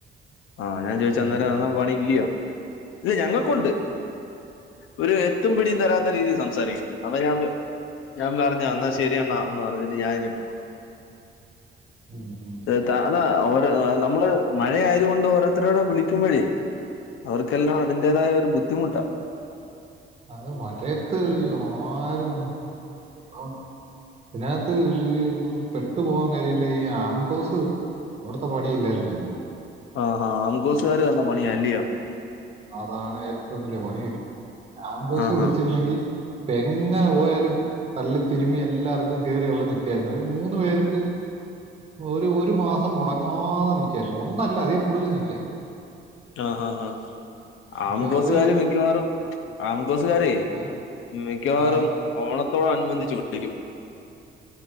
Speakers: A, on the left; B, on the right.
A: ആഹ് ഞാൻ ചോദിച്ച
B: ഉം
A: അന്നേരം അന്ന പണി ഇല്ലയോ? ഇത് ഞങ്ങക്കുണ്ട്. ഒരു എത്തും പിടിയും തരാത്ത രീതിയിൽ സംസാരിക്ക് ന്ന് അപ്പോ ഞാനൊ ഞാൻ പറഞ്ഞാ ശരിയന്നാ പറഞ്ഞിട്ട് ഞാനിങ്ങ് പോന്ന്.
B: അഹ്
A: താ താ ഓ നമ്മള് മഴ ആയതുകൊണ്ട് ഓരോരുത്തരോടെ വിളിക്കുംമ്പഴേ. അവർക്കെല്ലാം അതിന്റേതായ ഒരു ബുദ്ധിമുട്ടാ.
B: അത് മഴയത്ത്
A: ആഹ്
B: ആരും <unintelligible> ത്ത് ഈ പെട്ടു പോകാൻ കര്യ ഇല്ലെങ്കി ഈ ആംകോസ് അവിടുത്തെ പണി ഇല്ലായിരുന്നല്ലോ.
A: ആഹ് ആഹ് ആങ്കോസുകാര് വന്ന പണിയാ അല്ലെയോ.
B: അതാണ് ഏറ്റവും വല്യ പണികിട്ടി പോയത് ആംങ്കോസ്
A: ആഹ്
B: വിളിച്ചിരുന്നെങ്കി.
A: ആഹ്
B: പ്പെങ്ങനെ പോയാലും തള്ളിത്തിതിരിമ്മി എല്ലാവർക്കും കേറി അവിടെ നിക്ക്യാര്ന്നു. ഒരു മൂന്ന് പേര്ക്ക്. ഒരു ഒരു മാസം മുടങ്ങാതെ നിക്ക്യായിരുന്നു. ഒന്നല്ല അതിൽ കൂടുതല് നിക്കാ
A: ആഹ് ആഹ് ഹാ
B: പക്ഷെ
A: ആം കോസുകാര്
B: അത്
A: മിക്ക്യവാറും ആംകോസുകാരെ
B: ഏഹ്
A: മിക്ക്യവാറും
B: ആഹ്
A: ഓണത്തോടനുബന്ധിച്ച് കൊണ്ടിരിക്കും.